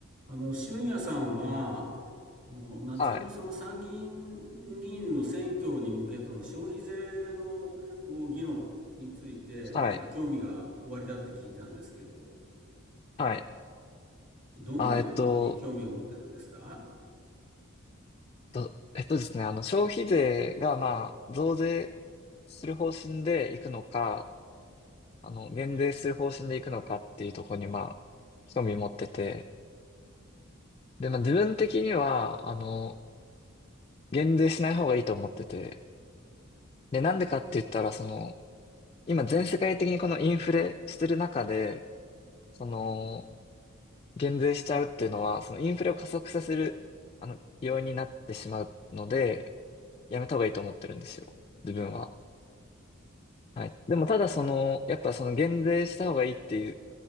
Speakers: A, on the right; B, on the left.
A: あの、俊也さんは、夏のその参議院議員の選挙に向けての消費税の
B: はい。
A: 議論について、
B: はい。
A: なんか興味がおありだって聞いたんですけど、
B: はい。
A: どんなところに興味を持ってるんですか
B: あ、えっと、と、えっとですね、あの、消費税が、まあ、増税する方針でいくのか、あの、減税する方針でいくのかっていうところに、まあ、興味持ってて、で、まあ、自分的には、あの、減税しない方がいいと思ってて、で、なんでかって言ったら、その、今、全世界的にこのインフレしてる中で、その、減税しちゃうっていうのは、そのインフレを加速させる、あの、要因になってしまうので、やめた方がいいと思ってるんですよ。自分は。はい。でもただその、やっぱその減税した方がいいっていう